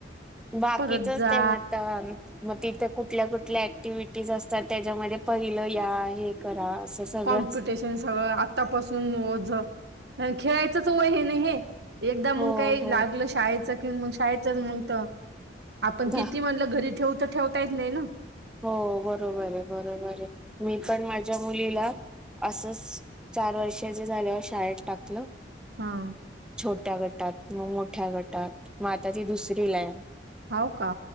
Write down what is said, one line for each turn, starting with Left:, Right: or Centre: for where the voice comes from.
Centre: बाकीचच
Right: परत जा
Centre: त्यांना ताण मग तिथ कुठल्या कुठल्या ऍक्टिवी टीज असतात त्याच्यामध्ये पहिलं या हे करा असं सगळंच
Right: कॉम्पिटिशन सगळं आतापासून ओझ <unintelligible> खेळायचंच वय हे ना हे, एकदा मंग
Centre: हो
Right: काही
Centre: हो.
Right: लागलं शाळेचं कि मग शाळेचंच मंग त आपण
Centre: धा
Right: किती म्हणलं घरी ठेवू तर ठेवता नाही ना
Centre: हो बरोबर ये, बरोबर ये, मी पण माझ्या मुलीला असच चार वर्षाची झाल्यावर शाळेत टाकलं
Right: हा.
Centre: छोट्या गटात मग मोठ्या गटात म आता ती दुसरीलाय,
Right: हा हो का